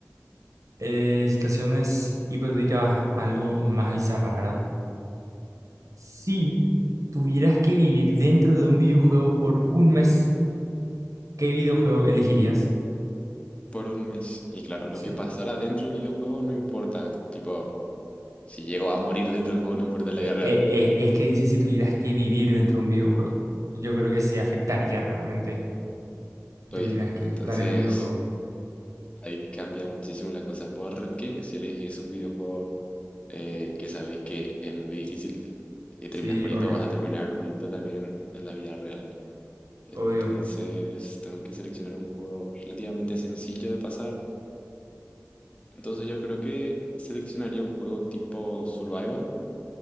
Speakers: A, on the right; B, on the left.
A: Eh, situaciones hipotéticas algo más bizarras, ¿verdad? Si tuvieras que vivir dentro de un videojuego por un mes, ¿qué videojuego elegirías?
B: por un mes. Y claro, lo
A: Sí.
B: que pasará dentro del videojuego no importa. Tipo, si llego a morir dentro del juego no importa en la
A: E-
B: vida real,
A: e-
B: ¿verdad?
A: e- es que dice si tuvieras que vivir dentro de un videojuego. Yo creo que sí afectaría realmente
B: Estoy.
A: si tuvieras que
B: Entonces,
A: estar en un videojuego.
B: ahí cambia muchísimo la cosa. Porque si elegís un videojuego eh, que sabes que es muy difícil, que terminas
A: Sí,
B: muriendo,
A: obvio,
B: vas a terminar muriendo también en la vida real. Entonces,
A: obvio.
B: tengo que seleccionar un juego relativamente sencillo de pasar Entonces yo creo que seleccionaría un juego tipo survival.